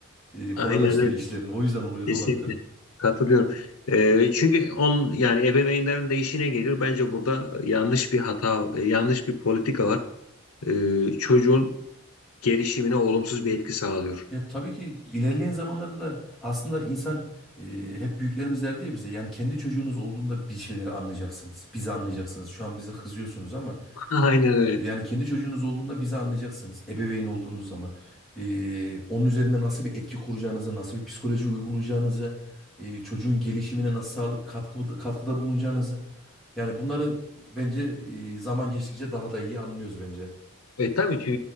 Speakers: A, in the centre; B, on the left.
A: e, kolaylaştırıyor
B: Aynen öyle.
A: işlerini. O yüzden oluyor
B: Kesinlikle
A: da olabilir.
B: katılıyorum. Ee, çünkü on yani ebeveynlerin de işine gelir. Bence burada yanlış bir hata, yanlış bir politika var. Ee, çocuğun gelişimine olumsuz bir etki sağlıyor.
A: Ya tabii ki ilerleyen zamanlarda da aslında insan e, hep büyüklerimiz derdi ya bize yani kendi çocuğunuz olduğunda bir şeyleri anlayacaksınız. Bizi anlayacaksınız. Şu an bize kızıyorsunuz ama
B: <laughs> Aynen öyle.
A: Yani kendi çocuğunuz olduğunda bizi anlayacaksınız. Ebeveyn olduğunuz zaman. Ee, onun üzerinde nasıl bir etki kuracağınızı, nasıl bir psikoloji uygulayacağınızı, e, çocuğun gelişimine nasıl sağlı- katkı, katkıda bulunacağınızı. Yani bunları bence e, zaman geçtikçe daha da iyi anlıyoruz bence.
B: E tabii ki